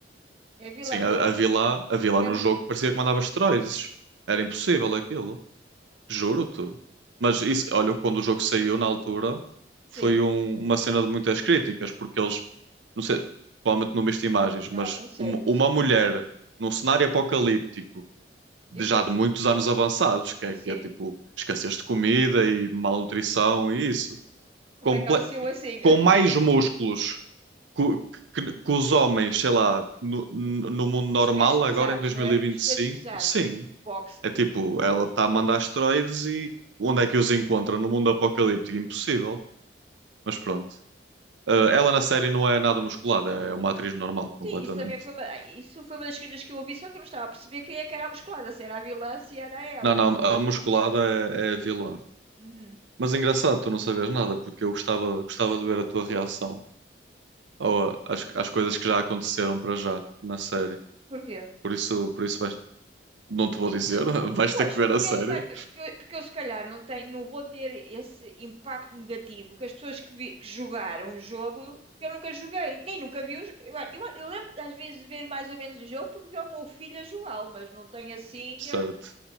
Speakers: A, on the right; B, on the right.
A: É vilã
B: Sim, a,
A: que é, bru-
B: a vilã, a vilã
A: que
B: no
A: é robusta.
B: jogo parecia que mandava esteroides. Era impossível aquilo. Juro-te. Mas isso, olha, quando o jogo saiu na altura,
A: Sim.
B: foi um- uma cena de muitas críticas, porque eles, não sei, provavelmente não viste imagens,
A: Não,
B: mas
A: não sei,
B: uma,
A: não
B: uma
A: sei.
B: mulher num cenário apocalíptico, de
A: E
B: já
A: parece
B: de muitos anos avançados, que é,
A: Sim.
B: que é tipo escassez de comida e malnutrição e isso,
A: Como
B: comple-
A: é que ela saiu assim?
B: com mais músculos que, que- que os homens, sei lá, no, no
A: <laughs>
B: no mundo normal,
A: Dos pesos pesados,
B: agora em 2025,
A: não é? Dos pesos pesados.
B: sim.
A: Boxe.
B: É tipo, ela está a mandar asteroides e onde é que os encontra? No mundo apocalíptico? Impossível. Mas pronto. Ah, ela na série não é nada musculada, é uma atriz normal, completamente.
A: Sim, isso também foi uma, ai, isso foi uma das críticas que eu ouvi, só que eu não estava a perceber quem é que era a musculada, se era a vilã, se era a Ellie.
B: Não, não, a musculada é, é a vilã.
A: Uhum.
B: Mas é engraçado, tu não sabes nada, porque eu gostava, gostava de ver a tua reação ao- às, às coisas que já aconteceram para já na série.
A: Porquê?
B: Por isso, por isso vais- não te
A: Sim,
B: vou dizer, <laughs> vais
A: pois,
B: ter que ver
A: porque
B: a série.
A: eu, se calhar, porque eu, porque eu se calhar não tenho, não vou ter esse impacto negativo que as pessoas que, vi- que jogaram o jogo, porque eu nunca joguei, nem nunca vi os, eu, eu, eu lembro às vezes de ver mais ou menos o jogo porque vi o meu filho a jogá-lo, mas não tenho assim,
B: Certo.
A: eh,